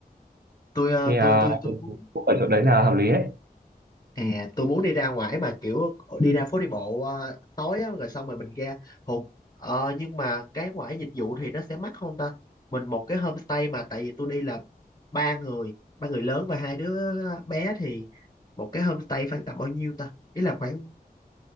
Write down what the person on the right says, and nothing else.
thì uh,
book ở chỗ đấy là hợp lý đấy